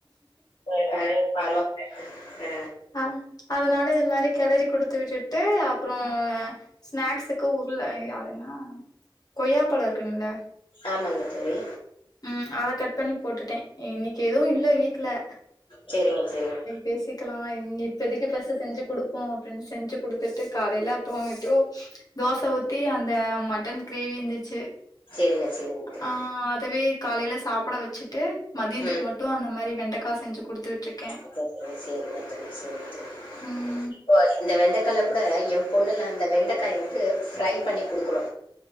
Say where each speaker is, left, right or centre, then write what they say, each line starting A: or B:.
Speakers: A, on the left; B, on the left.
A: எ அ வரு அ
B: ஆ அதனால இது மாரி கெளரி குடுத்து விட்டுட் டு அப்புறோ ஸ்நாக்ஸுக்கு உருல அதுன்னா கொய்யாப்பழ இருக்குங்கள
A: ஆமாங்க தோழி
B: ம் அத கட் பண்ணி போட்டுட்டே இன்னைக்கு எதுவு இல்ல வீட்டு்ல
A: செரிங்க செரிங்க
B: பேசிக்கலா இங்க இப்பதைக்கு பர்ஸ்ட் செஞ்சு கொடுப்போ அப்படின் செஞ்சு குடுத் த்துட்டு காலையில அப்பறோ எப்டியோ தோச ஊத்தி அந்த மட்டன் கிரேவி இருந்துச்சு
A: சரிங்க சரிங்க தோழி.
B: ஆ அதவே காலையில சாப்பட வச்சுட் ட்டு மதியன்த்துக்
A: ம்
B: மட்டு அந்த மாரி வெண்டக்க செஞ்சு கொடுத்து விட்ருக்கே
A: <unintelligible>
B: ம்
A: போ இந்த வெண்டைக்கால்ல கூட எ பொண்ணுல்ல அந்த வெண்டைக்காய வந்து ஃப்ரை பண்ணி குடுக்கணு